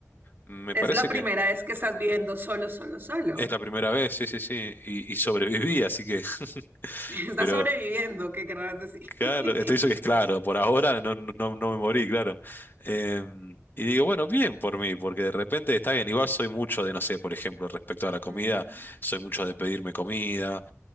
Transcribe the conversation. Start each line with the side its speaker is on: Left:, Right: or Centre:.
Left: me
Right: Es
Left: parece
Right: la primera
Left: que
Right: vez que estás viviendo solo, solo, solo.
Left: es la primera vez, sí, sí, sí, y, y sobreviví, así que, <laughs>
Right: <laughs> Está
Left: pero
Right: sobreviviendo, ¿qué querrás decir?
Left: Claro,
Right: <laughs>
Left: esto hizo que es claro, por ahora no, no, no no me morí, claro. Eh, y digo, bueno, bien por mí, porque de repente está bien. Igual soy mucho de, no sé, por ejemplo, respecto a la comida,
Right: Ujú.
Left: soy mucho de pedirme comida,